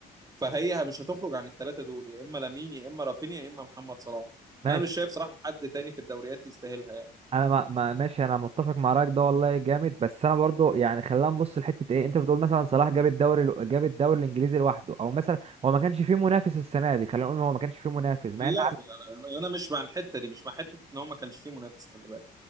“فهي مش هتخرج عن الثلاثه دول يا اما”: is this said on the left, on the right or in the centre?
Right